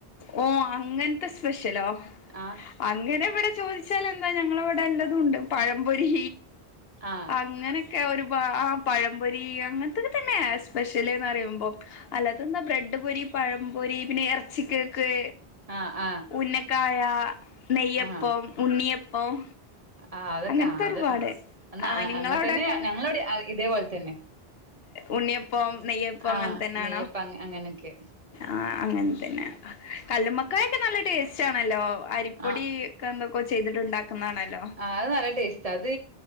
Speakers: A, on the left (about 70°); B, on the right (about 35°).
A: ഓഹ് അങ്ങൻത്തെ സ്പെഷ്യലോ
B: ആഹ്
A: അങ്ങനെ ഇവിടെ ചോദിച്ച ച്ചാൽ എന്താ ഞങ്ങളവിടെ എല്ലതും ഉണ്ട് പഴംപൊരി
B: ആഹ്
A: അങ്ങനൊക്കെ ഒരുപാ ആഹ് പഴംപൊരി അങ്ങനത്തൊക്കെ തന്നെയ സ്പെഷ്യലിന്ന് പറയുമ്പോ അല്ലാതന്നാ ബ്രെഡ് പൊരി പഴം പൊരി പിന്നെ എറച്ചികേക്ക്
B: ആഹ് ആഹ്
A: ഉന്നക്കായ നെയ്യപ്പം
B: ആഹ്
A: ഉണ്ണിയപ്പം
B: ആഹ് അതൊക്കെ
A: അങ്ങനത്തെ
B: ആഹ് അത്
A: ഒരുപാട്
B: എന്നാ
A: ആ നിങ്ങളവിടെക്കെ
B: അങ്ങെ തന്നെ ഞങ്ങളവിടെ ഇതേപോലെ തന്നെ
A: ഉണ്ണിയപ്പം നെയ്യപ്പം അങ്ങൻ
B: ആഹ്
A: തന്നെയാണോ
B: നെയ്യപ്പ അങ്ങനെയൊക്കെ
A: ആഹ് അങ്ങനെ തന്നെ കല്ലുമ്മക്കായൊക്കെ നല്ല ടേസ്റ്റ് ആണല്ലോ അരിപ്പൊടി
B: ആഹ്
A: ഒക്കെ എന്തൊക്കെ ചെയ്തിട്ടുണ്ടാക്കുന്നതാണല്ലോ
B: ആഹ് അത് നല്ല ടേസ്റ്റ് അത്